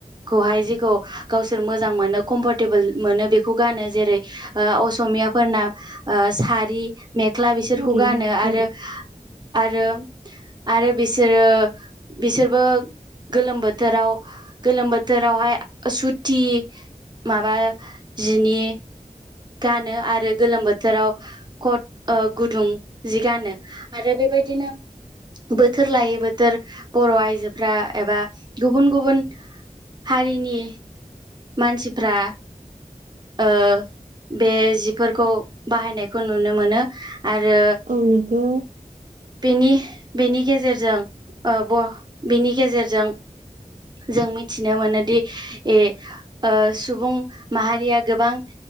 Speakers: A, on the right; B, on the right.
A: खौहाय जेखौ गावसोर मोजां मोनो कम्फर्टेबोल मोनो बेखौ गानो जेरै ओ असमियाफोरना सारि मेख्ला बिसोरखौ
B: सारि
A: गानो आरो
B: औ
A: आरो आरो बिसोरो बिसोरबो गोलोम बोथोराव गोलोम बोथोरावहाय सुथि माबा जिनि गानो आरो गोलोम बोथोराव कट गुदुं जि गानो। आरो बेबायदिनो बोथोर लायै बोथोर बर' आयजोफ्रा एबा गुबुन गुबुन हारिनि मानसिफ्रा ओ बे जिफोरखौ बाहायनायखौ नुनो मोनो। आरो
B: औ नंगौ
A: बेनि बेनि गेजेरजों ओ ब बेनि गेजेरजों जों मिथिनो मोनोदि ए ओ सुबुं माहारिया गोबां